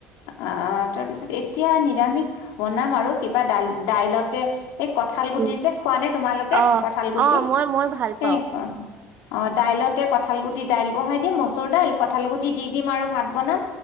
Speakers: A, on the left; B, on the right.
A: অ তাৰপিছত এতিয়া নিৰামিষ বনাম আৰু কিবা দাই দাইলতে এই কঁঠাল গুটি
B: উম
A: যে খোৱা নে তোমালোকে
B: অ
A: কঁঠাল গুটি?
B: অ মই মই ভাল
A: সেই
B: পাওঁ।
A: অ দাইলতে কঁঠাল গুটি দাইল বহাই দিম মচুৰ দাল, কঁঠাল গুটি দি দিম আৰু ভাত বনাম।